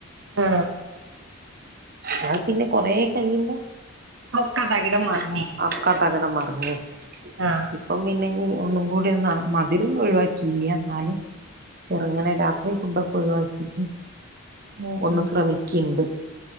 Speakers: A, on the right; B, on the right.
A: ആ
B: ഞാൻ പിന്നെ കൊറേ കഴിയുമ്പോ
A: ഒക്കെത്തകിടം മറി
B: <unintelligible> തകിടം മറിഞ്ഞു
A: ആഹ്
B: ഇപ്പം പിന്നെ ഈ ഒന്നും കൂടി ഒന്ന് ആ മധിരൊന്നും ഒഴിവാക്കിയില്ല എന്നാലും ചെറുങ്ങനെ രാത്രി ഫുഡൊക്കെ ഒഴിവാക്കിട്ട്
A: ഉം
B: ഒന്ന്
A: ഉം
B: ശ്രമിക്കയിണ്ട്